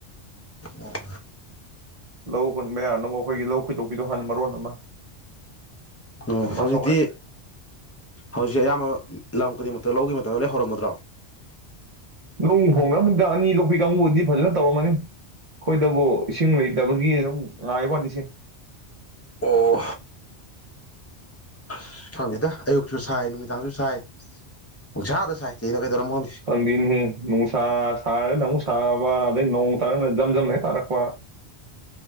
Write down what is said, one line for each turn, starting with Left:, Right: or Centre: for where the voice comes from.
Left: ꯑꯣ
Right: ꯂꯧ ꯍꯨꯟꯕ ꯌꯥꯅꯕ ꯑꯩꯈꯣꯏꯒꯤ ꯂꯧ ꯈꯣꯏꯗꯣꯛꯄꯤꯗꯣ ꯍꯥꯟꯅ ꯃꯔꯣꯟ ꯑꯃ
Left: ꯑꯝ
Right: ꯑꯗꯨꯃꯥꯏꯅ
Left: ꯍꯧꯖꯤꯛꯇꯤ
Right: ꯍꯧꯔꯦ
Left: ꯍꯧꯖꯤꯛ ꯑꯌꯥꯝꯕ ꯂꯝ ꯈꯨꯗꯤꯡꯃꯛ ꯇ ꯂꯧꯒꯤ ꯃꯇꯝꯗ ꯂꯣꯢ ꯍꯧꯔꯝꯃꯗ꯭ꯔꯣ
Right: ꯅꯣꯡ ꯍꯣꯡꯅꯝꯅꯤꯗ ꯑꯅꯤ ꯂꯣꯛꯄꯤ ꯀꯥꯡꯕꯨꯗꯤ ꯐꯖꯅ ꯇꯧꯔꯝꯃꯅꯤ ꯑꯩꯈꯣꯏꯗꯕꯨ ꯏꯁꯤꯡ ꯂꯩꯇꯕꯒꯤ ꯑꯗꯨꯝ ꯉꯥꯏꯕ ꯋꯥꯅꯤ ꯁꯤ
Left: ꯑꯣ ꯁꯤ ꯈꯪꯗꯦꯗ ꯑꯌꯨꯛꯁꯨ ꯁꯥꯏ ꯅꯨꯃꯤꯗꯥꯡꯁꯨ ꯁꯥꯏ ꯄꯪꯁꯥꯗ ꯁꯥꯏ ꯀꯩꯅꯣ ꯀꯩꯗꯧꯔꯝꯅꯣ ꯈꯪꯗꯦ
Right: ꯈꯪꯗꯦꯅꯦꯍꯦ ꯅꯨꯡꯁꯥ ꯁꯥꯔ ꯑꯃꯨꯛ ꯁꯥ ꯁꯥꯕ ꯑꯗꯩ ꯅꯣꯡ ꯇꯥꯔꯅ ꯖꯝꯖꯝ ꯍꯦꯛ ꯇꯥꯔꯛꯄ